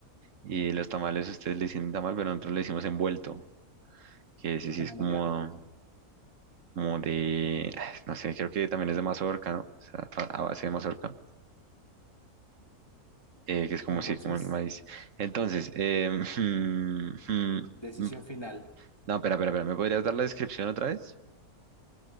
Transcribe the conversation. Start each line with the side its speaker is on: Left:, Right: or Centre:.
Right: y los tamales ustedes le dicen tamal, pero nosotros le decimos envuelto, que sí, sí
Left: Ah,
Right: es como
Left: ya.
Right: como de, <sighs> no sé, creo que también es de mazorca, ¿no? O sea, a, a base de mazorca, eh, que es como
Left: Entonces,
Right: sí, como el maíz. Entonces, eh, <laughs> mm, mm,
Left: decisión
Right: mm,
Left: final.
Right: no, espera, espera, espera, ¿me podrías dar la descripción otra vez?